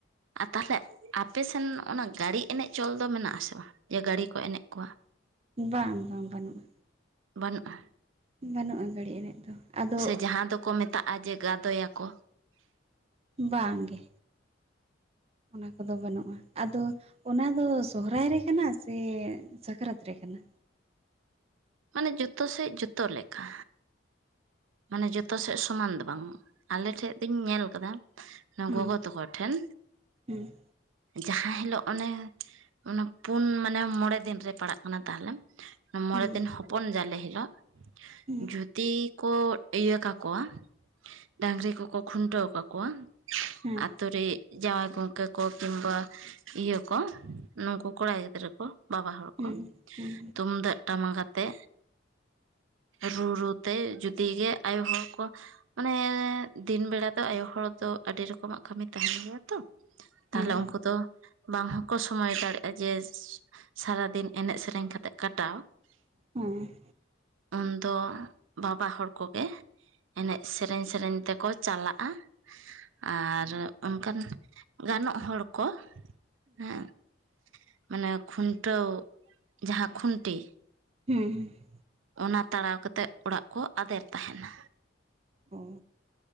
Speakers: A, on the right (about 85°); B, on the right (about 30°).
A: ᱟᱨ ᱛᱟᱦᱞᱮ ᱟᱯᱮ ᱥᱮᱱ ᱚᱱᱟ ᱜᱟᱹᱲᱤ ᱮᱱᱮᱡ ᱪᱚᱞ ᱫᱚ ᱢᱮᱱᱟᱜ-ᱟ ᱥᱮ ᱡᱮ ᱜᱟᱹᱲᱤ ᱠᱚ ᱮᱱᱮᱡ ᱠᱚᱣᱟ᱾
B: ᱵᱟᱝ ᱵᱟᱝ ᱵᱟᱹᱱᱩᱜ-ᱟ᱾
A: ᱵᱟᱹᱱᱩᱜ-ᱟ᱾
B: ᱵᱟᱹᱱᱩᱜ-ᱟ ᱜᱟᱹᱲᱤ ᱮᱱᱮᱡ ᱫᱚ᱾ ᱟᱫᱚ
A: ᱥᱮ ᱡᱟᱦᱟ ᱫᱚᱠᱚ ᱢᱮᱛᱟᱜ-ᱟ ᱡᱮ ᱜᱟᱫᱚᱭᱟ ᱠᱚ᱾
B: ᱵᱟᱝ ᱜᱮ᱾ ᱚᱱᱟ ᱠᱚᱫᱚ ᱵᱟᱹᱱᱩᱜ-ᱟ ᱟᱫᱚ ᱚᱱᱟ ᱫᱚ ᱥᱚᱦᱚᱨᱟᱭ ᱨᱮ ᱠᱟᱱᱟ ᱥᱮ ᱥᱟᱠᱨᱟᱛ ᱨᱮ ᱠᱟᱱᱟ?
A: ᱢᱟᱱᱮ ᱡᱚᱛᱚ ᱥᱮᱫ ᱡᱚᱛᱚ ᱞᱮᱠᱟ᱾ ᱢᱟᱱᱮ ᱡᱚᱛᱚ ᱥᱮᱫ ᱥᱚᱢᱟᱱ ᱫᱚ ᱵᱟᱝ ᱟᱞᱮ ᱴᱷᱮᱡ ᱫᱚᱸᱧ ᱧᱮᱞ ᱠᱟᱫᱟ᱾
B: ᱦᱩᱸ
A: ᱜᱚᱜᱚ ᱛᱟᱠᱚ ᱴᱷᱮᱱ᱾
B: ᱦᱩᱸ᱾
A: ᱡᱟᱦᱟ ᱦᱤᱞᱳᱜ ᱚᱱᱮ ᱚᱱᱟ ᱯᱩᱱ ᱢᱟᱱᱮ ᱢᱚᱸᱬᱮ ᱫᱤᱱ ᱨᱮ ᱯᱟᱲᱟᱜ ᱠᱟᱱᱟ ᱛᱟᱦᱞᱮ᱾ ᱢᱚᱸᱬᱮ
B: ᱦᱩᱸ
A: ᱫᱤᱱ ᱦᱚᱯᱚᱱ ᱡᱟᱞᱮ ᱦᱤᱞᱳᱜ
B: ᱦᱩᱸ
A: ᱡᱩᱫᱤ ᱠᱚ ᱤᱭᱟᱹ ᱠᱟ ᱠᱚᱣᱟ ᱰᱟᱹᱝᱨᱤ ᱠᱚᱠᱚ ᱠᱷᱩᱱᱴᱟᱹᱣ ᱠᱟ ᱠᱚᱣᱟ᱾
B: ᱦᱮᱸ
A: ᱟᱛᱳ ᱨᱮ ᱡᱟᱶᱟᱭ ᱜᱚᱝᱠᱮ ᱠᱚ ᱠᱤᱱᱵᱟ ᱤᱭᱟᱹ ᱠᱚ ᱱᱩᱠᱩ ᱠᱚᱲᱟ ᱜᱤᱫᱽᱨᱟᱹ ᱠᱚ᱾ ᱵᱟᱵᱟ ᱦᱚᱲ
B: ᱦᱩᱸ
A: ᱠᱚ
B: ᱦᱩᱸ
A: ᱛᱩᱢᱫᱟᱜ ᱴᱟᱢᱟᱠ ᱟᱛᱮ ᱨᱩ, ᱨᱩ ᱛᱮ ᱡᱩᱫᱤ ᱜᱮ ᱟᱭᱳ ᱦᱚᱲ ᱠᱚ ᱢᱟᱱᱮ ᱫᱤᱱ ᱵᱮᱲᱟ ᱫᱚ ᱟᱭᱳ ᱦᱚᱲ ᱫᱚ ᱟᱹᱰᱤ ᱨᱚᱠᱚᱢ ᱟᱜ ᱠᱟᱹᱢᱤ ᱛᱟᱦᱮᱱ ᱜᱮᱭᱟ ᱛᱚ᱾ ᱛᱟᱦᱞᱮ
B: ᱦᱮᱸ
A: ᱩᱱᱠᱩ ᱫᱚ᱾ ᱵᱟᱝ ᱦᱚᱸᱠᱚ ᱥᱚᱢᱚᱭ ᱫᱟᱲᱮᱭᱟᱜ-ᱟ ᱡᱮ ᱥᱟᱨᱟ ᱫᱤᱱ ᱮᱱᱮᱡ ᱥᱮᱨᱮᱧ ᱠᱟᱛᱮᱜ ᱠᱟᱴᱟᱣ᱾
B: ᱦᱩᱸ᱾
A: ᱩᱱᱫᱚ ᱵᱟᱵᱟ ᱦᱚᱲ ᱠᱚᱜᱮ ᱮᱱᱮᱡ ᱥᱮᱨᱮᱧ, ᱥᱮᱨᱮᱧ ᱛᱮᱠᱚ ᱪᱟᱞᱟᱜ-ᱟ ᱟᱨ ᱚᱱᱠᱟᱱ ᱜᱟᱱᱚᱜ ᱦᱚᱲ ᱠᱚ᱾ ᱦᱮᱸ ᱢᱟᱱᱮ ᱠᱷᱩᱱᱴᱟᱹᱣ ᱡᱟᱦᱟ ᱠᱷᱩᱱᱴᱤ᱾
B: ᱦᱩᱸ, ᱦᱩᱸ᱾
A: ᱚᱱᱟ ᱛᱟᱲᱟᱣ ᱠᱟᱛᱮᱫ ᱚᱲᱟᱜ ᱠᱚ ᱟᱫᱮᱨ ᱛᱟᱦᱮᱱᱟ᱾
B: ᱚ